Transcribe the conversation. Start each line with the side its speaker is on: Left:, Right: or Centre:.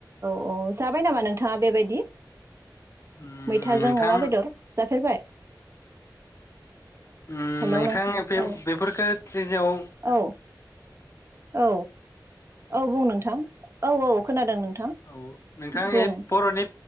Right: अ जाबाय नामा नोंथाङा बेबायदि?
Left: उम
Right: मैथाजों
Left: नोंथां
Right: अमा बेदर जाफेरबाय?
Left: होम
Right: हेलौ
Left: नोंथां बेफोरखौ
Right: औ
Left: जेजेराव
Right: औ औ। औ बुं नोंथां औ -औ खोनादों नोंथां
Left: औ नोंथां
Right: बुं।
Left: ए बर'नि